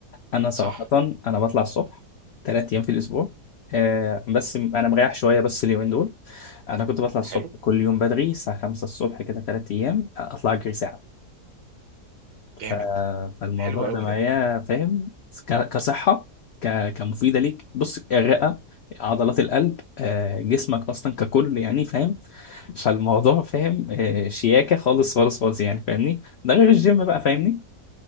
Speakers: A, on the left; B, on the right.
A: انا صراحه
B: صح
A: انا بطلع الصبح ثلاث ايام في الاسبوع آه بس انا مريح شويه بس اليومين دول انا كنت بطلع الصبح
B: حلو
A: كل يوم بدري الساعه 5 الصبح كده ثلاث ايام اطلع اجري ساعه ف-
B: جامد
A: فالموضوع
B: حلو قوي
A: ده معايا
B: ده
A: فاهم ك- كصحة ك- كمفيدة ليك بص الرئة عضلات القلب آه، جسمك أصلا ككل يعني فاهم فالموضوع فاهم آه، شياكة خالص خالص خالص يعني فاهمني ده غير الجيم بقى فاهمني